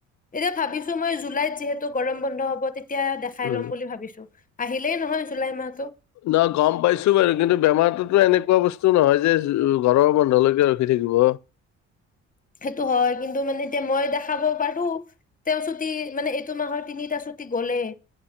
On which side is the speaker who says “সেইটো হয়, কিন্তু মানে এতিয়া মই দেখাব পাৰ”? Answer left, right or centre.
Left